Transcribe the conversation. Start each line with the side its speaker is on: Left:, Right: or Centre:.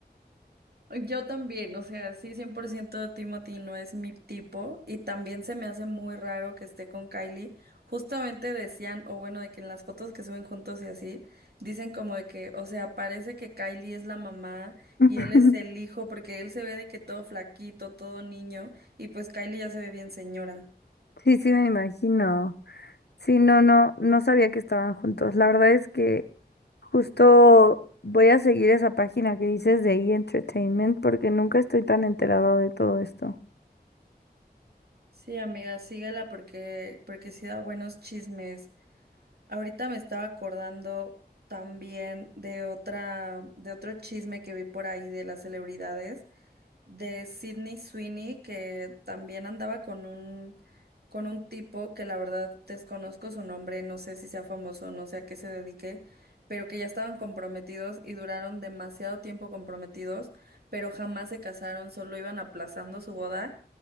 Right: Yo también, o sea, sí, 100% Timothy no es mi tipo y también se me hace muy raro que esté con Kylie. Justamente decían, o bueno, de que en las fotos que suben juntos y así, dicen como de que, o sea, parece que Kylie es la mamá
Left: <laughs>
Right: y él es el hijo porque él se ve de que todo flaquito, todo niño y pues Kylie ya se ve bien señora.
Left: Sí, sí, me imagino. Sí, no, no, no sabía que estaban juntos. La verdad es que justo voy a seguir esa página que dices de E! Entertainment porque nunca estoy tan enterado de todo esto.
Right: Sí, amiga, síguela porque porque sí da buenos chismes. Ahorita me estaba acordando también de otra, de otro chisme que vi por ahí de las celebridades de Sydney Sweeney, que también andaba con un, con un tipo que la verdad desconozco su nombre, no sé si sea famoso, no sé a qué se dedique, pero que ya estaban comprometidos y duraron demasiado tiempo comprometidos, pero jamás se casaron, solo iban aplazando su boda